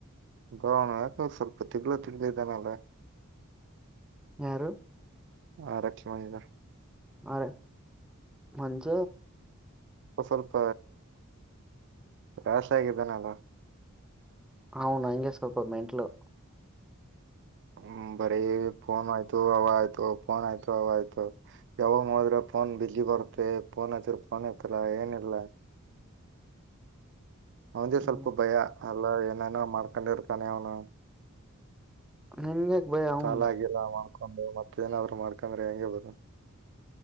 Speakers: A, on the right; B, in the centre.
A: ಬೌಣ ಯ ಸ್ವಲ್ಪ ತಿಗ್ಳ ತಿಗ್ಳ ಇದಾನಲ್ಲ.
B: ಯಾರು
A: ಹಾ ರಕ್ಷಿ ಮಾಡ ಸರ್.
B: ಅ ರ ಮಂಸ
A: ಸ್ವಲ್ಪ ರಾಶ ಆಗಿದ್ದಾನಲ್ಲ.
B: ಹನ್ ಹಂಗೆ ಸ್ವಲ್ಪ ಮೆಂಟ್ಲು
A: ಹ್ಮ ಬರನ್ ಆಯ್ತ. ಅವ ಆಯ್ತು ಫೋನ್ ಆಯ್ತು ಅವ ಆಯ್ತು ಯಾವಾಗ ನೋಡಿದ್ರೆ ಫೋನ್ ಬಿಲ್ಲಿ ರೋನ್ಯ ನ್ ಇತ್ತಲ ಏನಿಲ್ಲ. ಅವದೇ
B: ಹ್ಮ್
A: ಸ್ವಲ್ಪ ಭಯ ಎಲ್ಲ ಏನೇನೋ ಮಾಡ್ಕೊಂಡಿರ್ತಾನೆ ಅವನು
B: ನಿನ್ಗ್ಯಾಕ್ ಭಯ ಅವಂದ್
A: ಸಾಲಾಗಿಲ್ಲ ಮಾಡ್ಕೊಂಡು ಮತ್ತ ಏನಾದ್ರು ಮಾರ್ಕ ಕಮರ ಆ ಹ